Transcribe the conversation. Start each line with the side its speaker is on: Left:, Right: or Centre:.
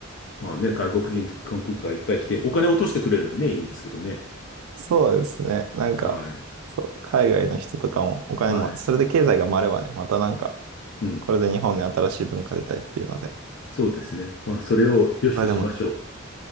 Left: まあね、外国人観光客がいっぱい来て、お金を落としてくれるのはね、いいんですけどね。
Right: そうですね。なんか、
Left: はい。
Right: そう、海外の人とかもお金も、
Left: はい。
Right: それで経済が回ればね、またなんか、
Left: うん。
Right: これで日本に新しい文化出たりっていうので、
Left: そうですね。まあ、それを良しとしましょう。
Right: これでも、